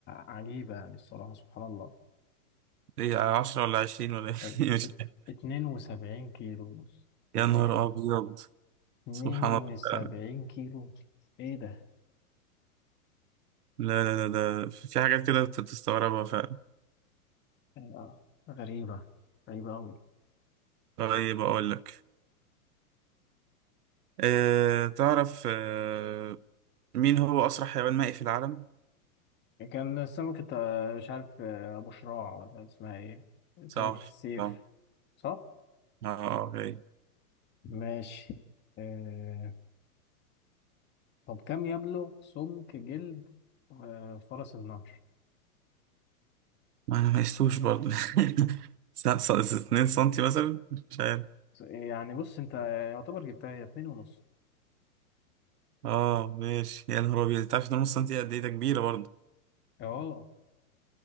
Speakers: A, on the left (about 25°); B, on the right (about 80°).
A: عجيبة يعني الصراحة سبحان الله
B: ايه عشرة ولا عشرين ولا
A: بس
B: إيه؟ <laughs> مش
A: ات-
B: عارف.
A: 72 كيلو ونص تخيل
B: يا نهار ابيض
A: 72
B: سبحان الله فعلا
A: كيلو إيه ده
B: لا لا لا ده في في حاجات كده بت- بتستغربها فعلا
A: آه، غريبة غريبة أوي
B: طيب أقول لك أه تعرف أه مين هو أسرع حيوان مائي في العالم؟
A: يعني كان سمكة آه، مش عارف آه، أبو شراع ولا اسمها إيه
B: صح
A: سمكة السيف
B: صح
A: صح؟
B: اه اوكي
A: ماشي آه... طب كم يبلغ سمك جلد آه... فرس النهر؟
B: ما أنا ما قستوش برضه <laughs> س- س- س- 2 سنتي مثلا مش عارف
A: يعني بص أنت يعتبر جبتها هي اتنين ونص
B: اه ماشي يا نهار أبيض أنت عارف إن نص سنتي قد إيه ده كبيرة برضه
A: أه